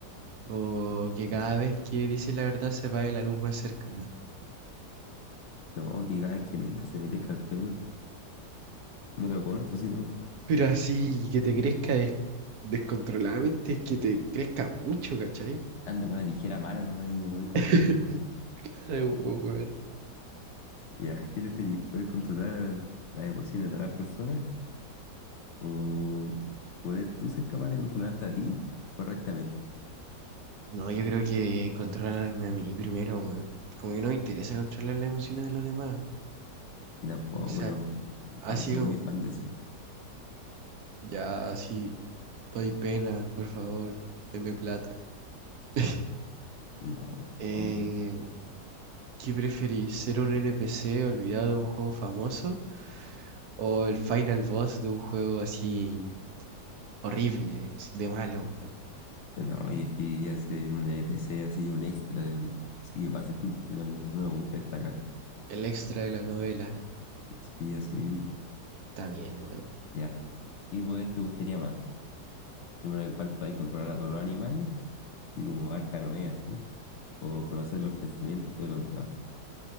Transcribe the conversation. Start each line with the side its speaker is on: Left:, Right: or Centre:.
Right: ¿O que cada vez que dices la verdad se apague la luz más cercana?
Left: No, que cada vez que miento se me crezca el pelo. Me lo corto, si no.
Right: Pero así, que te crezca des- descontroladamente es que te crezca mucho, ¿cachai?
Left: Ando con una tijera a mano nomás y me lo voy cortando.
Right: <laughs> Sí, weón.
Left: Ya, ¿qué preferís? ¿Poder controlar las emociones de las personas o poder tú ser capaz de controlarte a ti correctamente?
Right: No, yo creo que controlarme a mí primero, weón. Como que no me interesa controlar las emociones de los demás.
Left: Y tampoco,
Right: O sea,
Left: no,
Right: así
Left: no soy
Right: como,
Left: muy fan de eso.
Right: ya, así, doy pena, por favor, deme plata. <laughs>
Left: No,
Right: Eh,
Left: hombre.
Right: ¿qué preferís? ¿Ser un NPC olvidado de un juego famoso? ¿O el final boss de un juego así horrible, así de malo, weón?
Left: No, yo preferiría ser un NPC así, un extra, del- sí que pase pulpiola, no, no me gusta destacar.
Right: El extra de la novela.
Left: Sí, así mismo.
Right: Está bien, weón.
Left: Ya. ¿Qué poder te gustaría más? Uno en el cual podáis controlar a todos los animales y como Arcanoe, así, o conocer los pensamientos de los demás.